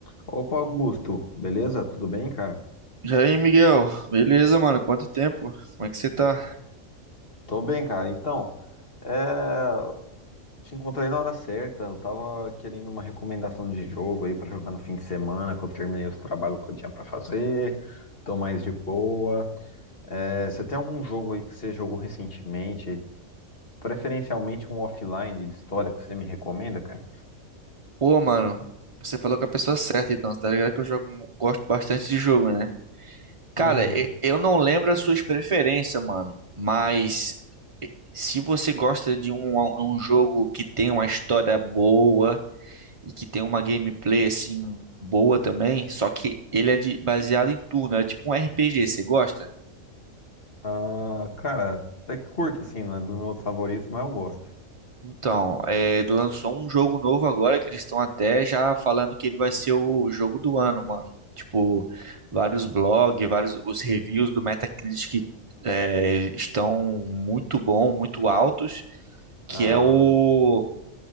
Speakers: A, on the left; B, on the right.
A: Opa, Augusto, beleza? Tudo bem, cara?
B: E aí, Miguel? Beleza, mano? Quanto tempo? Como é que você tá?
A: Tô bem, cara. Então, é, te encontrei na hora certa. Eu tava querendo uma recomendação de jogo aí pra jogar no fim de semana, que eu terminei os trabalhos que eu tinha pra fazer, tô mais de boa. É, Você tem algum jogo aí que você jogou recentemente, preferencialmente um offline de história que você me recomenda, cara?
B: Pô, mano, você falou com a pessoa certa, então, tá ligado que eu jogo, gosto bastante de jogo, né? Cara,
A: Uhum.
B: e- eu não lembro as suas preferências, mano, mas e- se você gosta de um, um jogo que tem uma história boa e que tem uma gameplay, assim, boa também, só que ele é de, baseado em turno, é tipo um RPG, você gosta?
A: Ah, cara, até que curto, assim, não é dos meus favoritos, mas eu gosto.
B: Então, é, lançou um jogo novo agora que eles estão até já falando que ele vai ser o jogo do ano, mano. Tipo, vários blogs, vários os reviews do Metacritic é, estão muito bom, muito altos,
A: Ah,
B: que é o